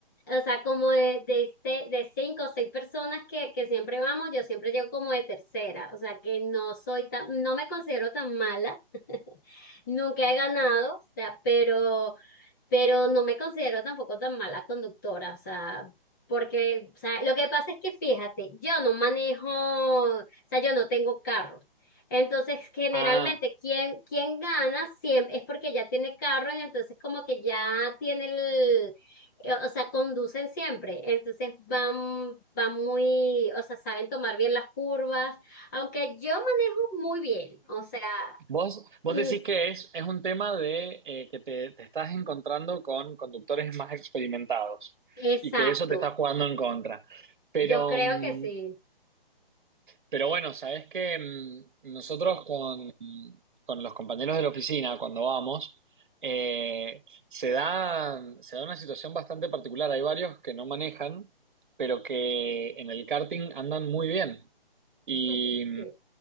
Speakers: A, on the left (about 20°); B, on the right (about 55°).
A: o sea, como de, de, se- de cinco o seis personas que, que siempre vamos, yo siempre llego como de tercera. O sea, que no soy tan, no me considero tan mala. Nunca he ganado, o sea, pero pero no me considero tampoco tan mala conductora, o sea, porque, o sea, lo que pasa es que fíjate, yo no manejo, o sea, yo no tengo carro. Entonces, generalmente,
B: Ah,
A: quien, quien gana siempre es porque ya tiene carro y entonces como que ya tiene el, eh, o sea, conducen siempre. Entonces van, van muy, o sea, saben tomar bien las curvas, aunque yo manejo muy bien, o sea,
B: vos, vos
A: mm,
B: decís que es, es un tema de eh, que te, te estás encontrando con conductores más experimentados
A: exacto,
B: y que eso te está jugando en contra. Pero,
A: yo creo
B: mm,
A: que sí.
B: pero bueno, sabés que mm, nosotros con, con los compañeros de la oficina, cuando vamos, eh, se da, se da una situación bastante particular. Hay varios que no manejan, pero que en el karting andan muy bien. Y,
A: <laughs> Sí.